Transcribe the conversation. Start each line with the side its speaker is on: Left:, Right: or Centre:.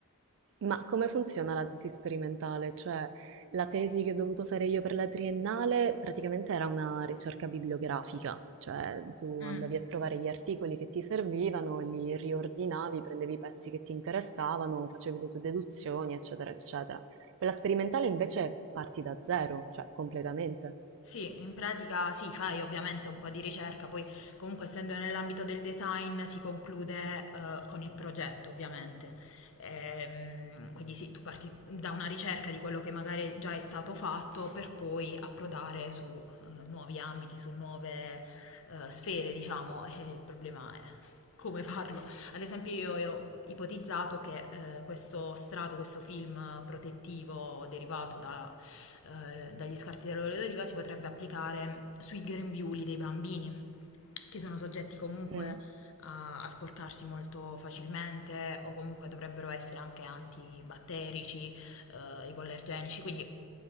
Right: Ma come funziona la tesi sperimentale? Cioè, la tesi che ho dovuto fare io per la triennale praticamente era una ricerca bibliografica, cioè tu
Left: Mm.
Right: andavi a trovare gli articoli che ti servivano, li riordinavi, prendevi i pezzi che ti interessavano, facevi le tue deduzioni, eccetera, eccetera. Quella sperimentale invece parti da zero, cioè completamente.
Left: Sì, in pratica sì, fai ovviamente un po' di ricerca, poi comunque essendo nell'ambito del design si conclude eh, con il progetto ovviamente. Ehm, quindi sì, tu parti da una ricerca di quello che magari già è stato fatto per poi approdare su eh, nuovi ambiti, su nuove eh, sfere, diciamo, e il problema è come farlo. Ad esempio io, io ho ipotizzato che eh, questo strato, questo film protettivo derivato da eh, dagli scarti dell'olio d'oliva si potrebbe applicare sui grembiuli dei bambini, che sono soggetti comunque
Right: Mm.
Left: a, a sporcarsi molto facilmente o comunque dovrebbero essere anche antibatterici, eh, ipoallergenici, quindi